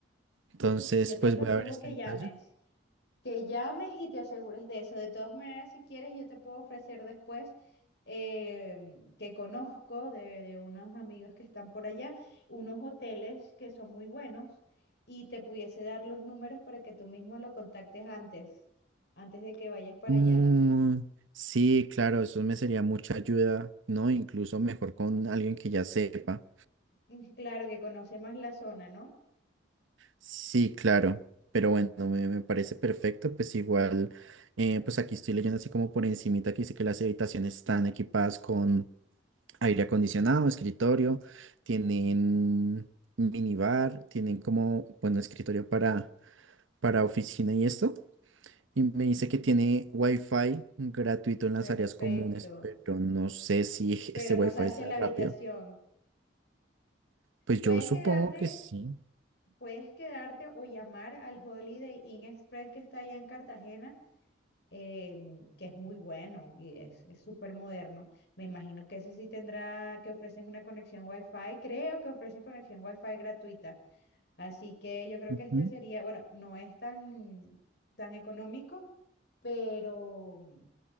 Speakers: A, on the right (about 85°); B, on the left (about 60°).
A: Entonces,
B: y yo te
A: pues
B: aconsejo
A: voy a ver este
B: que
A: detalle.
B: llames, que llames y te asegures de eso. De todas maneras, si quieres, yo te puedo ofrecer después eh, que conozco de, de unos amigos que están por allá, unos hoteles que son muy buenos y te pudiese dar los números para que tú mismo lo contactes antes, antes de que vayas para
A: Mm,
B: allá.
A: sí, claro, eso me sería mucha ayuda, ¿no? Incluso mejor con alguien que ya sepa.
B: Mm, Claro que conoce más la zona, ¿no?
A: Sí, claro, pero bueno, me, me parece perfecto, pues igual, eh, pues aquí estoy leyendo así como por encimita que dice que las habitaciones están equipadas con aire acondicionado, escritorio, tienen
B: Ujú,
A: minibar, tienen como, bueno, escritorio para, para oficina y esto, y me dice
B: ujú.
A: que tiene wifi gratuito en las
B: Perfecto,
A: áreas comunes, pero no sé si <laughs>
B: pero
A: este wifi
B: no sabes
A: sea
B: si en la
A: rápido,
B: habitación.
A: pues
B: Puedes
A: yo supongo
B: quedarte
A: que sí.
B: Puedes quedarte o llamar al Holiday Inn Express que está allá en Cartagena, eh, que es muy bueno y es es súper moderno. Me imagino que ese sí tendrá que ofrecen una conexión Wi-Fi. Creo que ofrecen conexión Wi-Fi gratuita. Así que yo creo
A: Ujú.
B: que este sería, bueno, no es tan, tan económico, pero